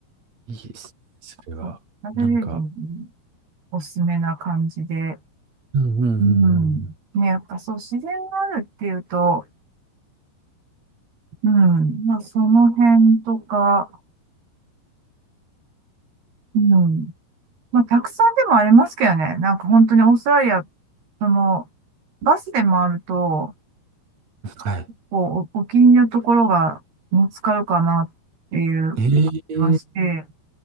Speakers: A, on the right; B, on the right.
A: いいですね、それは。
B: そう。ナルェリア人に
A: なんか、
B: おすすめな感じで。
A: うんうんうんうん。
B: うん。ね、やっぱそう、自然があるっていうと、うん。まあ、その辺とか、うん。まあ、客さんでもありますけどね。なんか本当にオーストラリア、その、バスで回ると、
A: はい。
B: こう、お、お気に入りのところが見つかるかなっていう
A: ええ
B: 気がして、